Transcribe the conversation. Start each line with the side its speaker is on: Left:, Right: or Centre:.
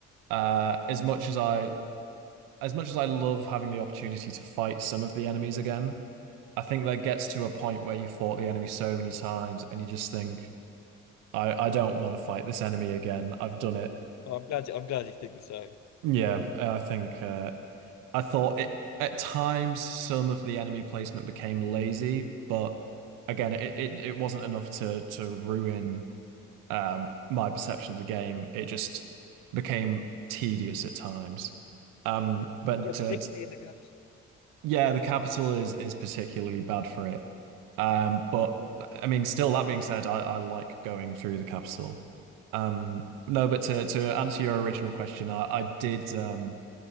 Right: uh, as much as I as much as I love having the opportunity to fight some of the enemies again, I think there gets to a point where you fought the enemy so many times, and you just think I I don't want to fight this enemy again. I've done it.
Left: Oh, I'm glad you, I'm glad you think the same.
Right: Yeah, I think uh, I thought it at times some of the enemy placement became lazy, but again, it it, it wasn't enough to to ruin um my perception of the game. It just became tedious at times. Um, but
Left: Yeah, particularly
Right: uh,
Left: in the capital.
Right: Yeah, the capital is is particularly bad for it. Um, but I mean, still that being said, I, I like going through the capital. Um, no, but to to answer your original question, I, I did um